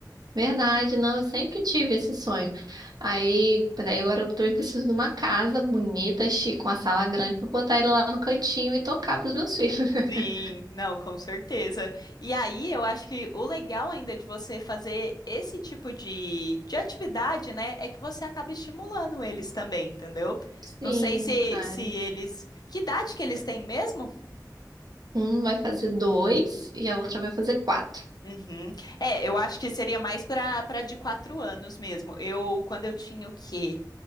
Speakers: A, on the right; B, on the left.
A: Verdade, não, eu sempre tive esse sonho. Aí, aí agora eu também preciso de uma casa bonita, chique, com uma sala grande para botar ele lá no cantinho e tocar pros meus filhos. <laughs>
B: Sim, não, com certeza. E aí, eu acho que o legal ainda de você fazer esse tipo de, de atividade, né, é que você acaba estimulando eles também, entendeu?
A: Sim,
B: Não sei se,
A: verdade.
B: se eles. Que idade que eles têm mesmo?
A: Um vai fazer dois e a outra vai fazer quatro.
B: Uhum. É, eu acho que seria mais para para de quatro anos mesmo. Eu, quando eu tinha o quê?